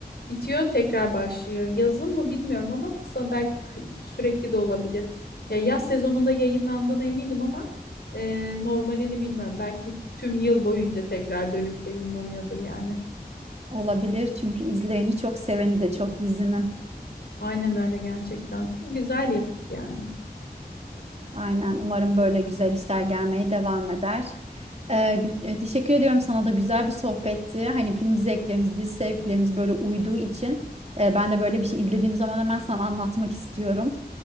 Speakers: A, on the left; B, on the right.
A: Bitiyor tekrar başlıyor. Yazın mı bilmiyorum ama sa- belki kı- sürekli de olabilir. Ya yaz sezonunda yayınlandığına eminim ama e, normalini bilmiyorum. Belki tüm yıl boyunca tekrar dönüp yayınlanıyordur yani.
B: Olabilir çünkü izleyeni çok seveni de çok dizinin.
A: Aynen öyle gerçekten. Güzel yapıt yani.
B: Aynen. Umarım böyle güzel işler gelmeye devam eder. Ee, gü- e, teşekkür ediyorum sana da güzel bir sohbetti. Hani film zevklerimiz, dizi zevklerimiz böyle uyduğu için e, ben de böyle bir şey izlediğim zaman hemen sana anlatmak istiyorum.